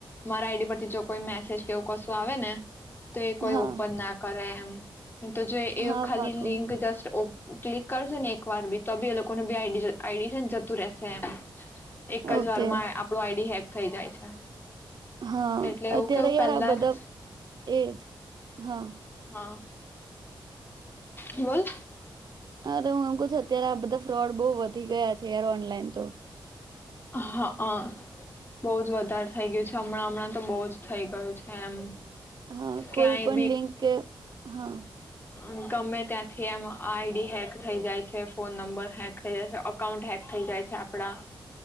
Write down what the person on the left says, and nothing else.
મારા આઈડી પરથી જો કોઈ મેસેજ કેવું કશું આવે ને તો એ કોઈ
ઓપન ના કરે એમ તો જો એ
ખાલી
લિંક જસ્ટ ઓ ક્લિક કરશે ને એક વાર બી તો બી એ લોકો ન બી આઈડી જ આઈડી છે ને જતું રશે એમ એક
જ વારમાં આપડુ આઈડી હેક થઈ જાય છે
એટલે એવું
કેવું
પહેલા
જ,
હા. બોલ.
હા, હ બહુ જ વધારે થઇ ગયું છે હમણાં હમણાં તો બહુ જ થઇ ગયું છે એમ.
ક્યાંય
અન ગમે ત્યાંથી આમ આઈડી હેક થઇ જાય છે, ફોન નંબર હેક થઇ જાય છે, અકાઉન્ટ હેક થઇ જાય છે આપડા.